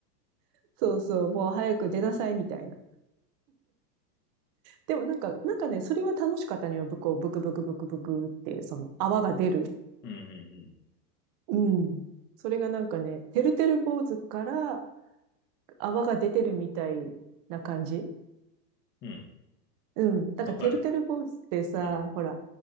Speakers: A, on the right (about 25°); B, on the left (about 20°).
A: そうそう、もう早く出なさいみたいな。でもなんか、なんかね、それは楽しかったのよ。ぶこう、ブクブクブクブクっていう、その泡が出る。
B: うんうん
A: うん。それがなんかね、てるてる坊主から泡が出てるみたいな感じ。
B: うん。うん。
A: うん。だからてるてる坊主ってさ、
B: わかる。うん。
A: ほら、